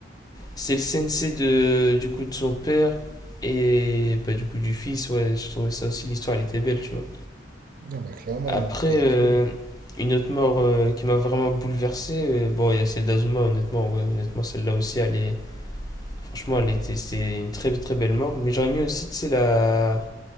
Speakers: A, on the left; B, on the right.
A: c'est le sensei de, du coup, de son père et bah, du coup du fils. Ouais, je trouvais ça aussi, l'histoire, elle était belle, tu vois.
B: Non, bah clairement,
A: Après,
B: l'histoire
A: euh,
B: elle est belle.
A: une autre mort euh, qui m'a vraiment bouleversé, euh, bon, il y a celle d'Azuma, honnêtement. Ouais, honnêtement, celle-là aussi, elle est... Franchement, elle était, c'est une très très belle mort. Mais j'aurais mis aussi, tu sais, la...